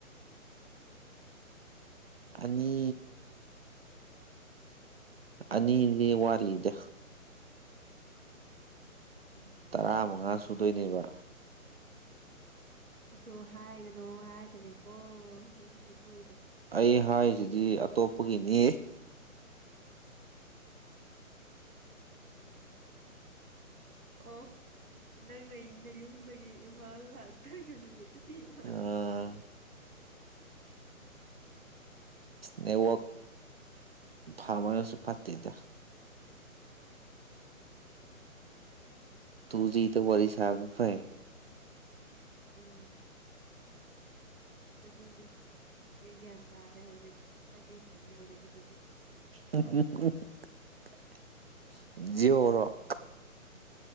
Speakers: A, on the right; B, on the right.
A: ꯑꯅꯤ ꯑꯅꯤꯗꯤ ꯋꯥꯂꯤ ꯂꯤꯗ
B: ꯎꯝ
A: ꯇꯔꯥ ꯃꯉꯥ ꯁꯨꯗꯣꯏꯅꯦꯕ
B: ꯑꯗꯨ ꯍꯥꯏꯒꯅꯣ ꯍꯥꯏꯕꯅꯦꯀꯣ ꯅꯪ ꯍꯥꯏꯗꯣꯛꯏꯗ
A: ꯑꯩ ꯍꯥꯏꯔꯤꯁꯤꯗꯤ ꯑꯇꯣꯞꯄꯒꯤꯅꯤ <inaudible>
B: ꯑꯣ ꯅꯪꯅꯩꯅ ꯌꯨꯝꯗꯒꯤ ꯏꯝꯐꯥꯜ ꯂꯥꯛꯇꯣꯏꯗ ꯅꯨꯃꯤꯠ ꯋꯥ
A: ꯑꯁ ꯅꯦꯋꯛ ꯐꯃꯅꯁꯨ ꯐꯠꯇꯦꯗ ꯇꯨꯖꯤꯇ ꯋꯥꯔꯤ ꯋꯥꯔꯤ ꯁꯥꯕꯅꯄꯥꯏ
B: ꯎꯝ ꯑꯗꯨꯅꯦ ꯑꯩ ꯒ꯭ꯌꯥꯟ ꯇꯥꯔꯦ ꯍꯧꯖꯤꯛ ꯍꯥꯏꯗꯤ ꯐꯪꯉꯦ ꯍꯧꯖꯤꯛꯀꯤꯗꯨꯗꯤ
A: <unintelligible> ꯖꯤꯌꯣꯔꯣ <unintelligible>